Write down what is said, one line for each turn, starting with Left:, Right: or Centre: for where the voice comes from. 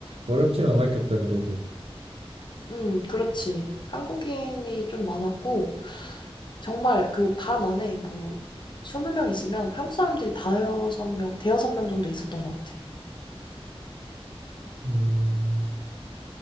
Right: 어렵진 않았겠다 그래도.
Left: 음, 그렇지. 한국인이 좀 많았고, 정말 그 반 안에 뭐 20명 있으면 한국 사람들이 다여섯 명, 대여섯 명 정도 있었던 것 같아.
Right: 음.